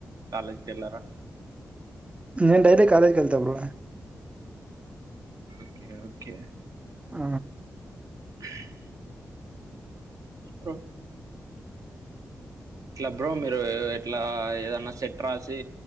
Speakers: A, on the right; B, on the right.
A: కాలేజ్కి వెళ్ళారా
B: నేన్ డైలీ కాలేజ్ కెళ్త బ్రో
A: ఓకే ఓకే
B: ఆ
A: <inaudible> అ ట్ల బ్రో మీరూ ఏ అట్లా ఏదన్న సెట్ రాసి